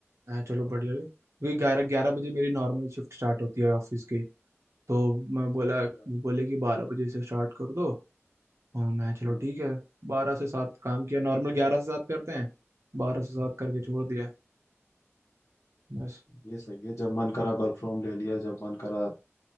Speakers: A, on the right (about 70°); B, on the left (about 85°).
A: मैं चलो बढ़िया है क्योंकि ग्यारह ग्यारह बजे मेरी नॉर्मल शिफ्ट स्टार्ट होती है ऑफिस की तो मैं बोला
B: अच्छा,
A: वो बोले कि बारह बजे से स्टार्ट कर दो हाँ मैं चलो
B: हम्म
A: ठीक है
B: हम्म।
A: बारह से सात काम किया नॉर्मल ग्यारह से सात करते हैं बारह से सात करके छोड़ दिया बस
B: ये सही है जब मन करा वर्क फ्रॉम ले लिया जब मन करा